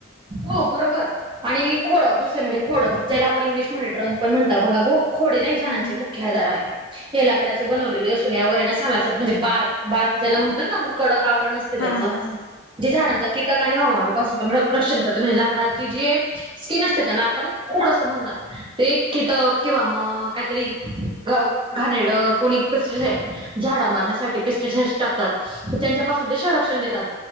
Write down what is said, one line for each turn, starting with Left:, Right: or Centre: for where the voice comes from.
Right: हो बरोबर. आणि खोडं दुसरे म्हणजे खोडं ज्याला आपण इंग्लिश मध्ये ट्रंक पण म्हणत बघा खोडे नाही झाडांचे
Left: हम्म
Right: मु ख्य आधार आहे. हे लाकडाची बनवलेली असून या वर सालाच म्हणजे बार बार ज्याला म्हणतात ना आपण कडक आवरण असतं. त्याच
Left: हा हा
Right: जे झाडांचा कीटक आणि हवानापसून पण रक्षण करत म्हणजे लाकडाची जे स्किन असते त्याला आपण खोड असं म्हणतात. ते कीटक किंवा मग काहीतरी घाणेरड कोणी पेस्टिसाईड झाडा मारण्यासाठी पेस्टिसाईडस टाकतात. त्यांच्या पासून ते संरक्षण देतात